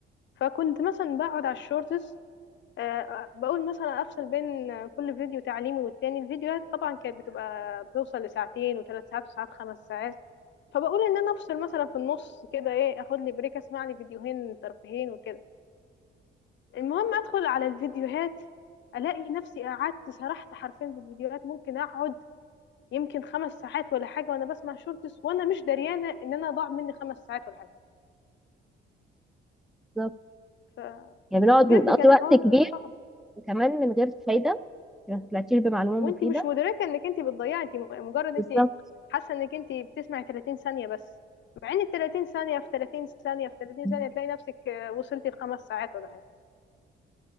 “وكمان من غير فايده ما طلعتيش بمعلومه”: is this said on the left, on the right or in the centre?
Centre